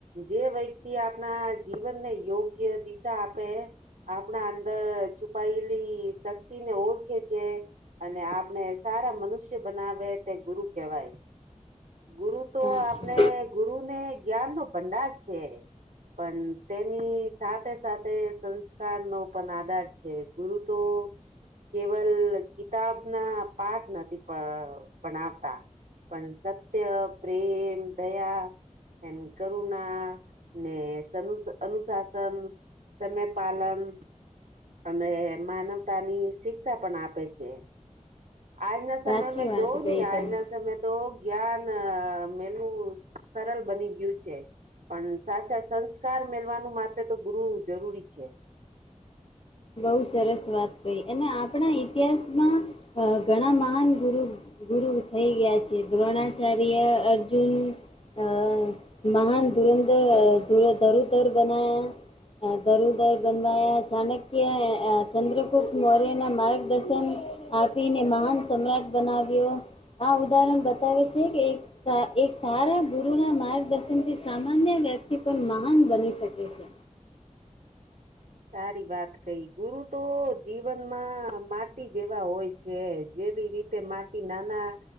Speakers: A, on the right; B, on the left.
A: જે વ્યક્તિ આપણા જીવનને યોગ્ય દિશા આપે, આપણા અંદર છુપાયેલી શક્તિને ઓળખે છે, અને આપણે સારા મનુષ્ય બનાવે તે ગુરુ કહેવાય, ગુરુ તો
B: સાચી
A: આપણે ગુરુ ને જ્ઞાનનો ભંડાર છે, પણ તેની સાથે સાથે સંસ્કારનો પણ આધાર છે, ગુરુ તો કેવલ કિતાબના પાઠ નથી ભણાવતા, પણ સત્ય, પ્રેમ, દયા એ કરુણાને અનુશાસન, સમય, પાલન અને માનવ માનવતાની શિક્ષા પણ આપે છે, આજના
B: સાચી
A: સમયે મેં
B: વાત
A: જોવું
B: કહી
A: હી આજના
B: તમે
A: સમયે. તો જ્ઞાન મેનું સરળ બની ગયું છે, પણ સાચા સંસ્કાર મેલવાનું માટે તો ગુરુ જરૂરી છે,
B: બહુ સરસ વાત કંઈ અને આપણા ઇતિહાસમાં ઘણા મહાન ગુરુ, ગુરુ થઈ ગયા છે, દ્રોણાચાર્ય અર્જુન. અ મહાન ધૂરંધર ધૂર ધરોધર બનાયા, દરું દર બનવાયા અચાનક, કે ચંદ્રગુપ્ત મૌર્યના માર્ગદર્શન આપીને મહાન સમ્રાટ, બનાવ્યો આ ઉદાહરણ બતાવે છે, કે એક એક સારા ગુરુના માર્ગદર્શનથી સામાન્ય વ્યક્તિ પણ મહાન બની શકે છે,
A: સારી વાત કંઈ ગુરુતો જીવનમાં માટી જેવા હોય, છે, જેવી રીતે માટી નાના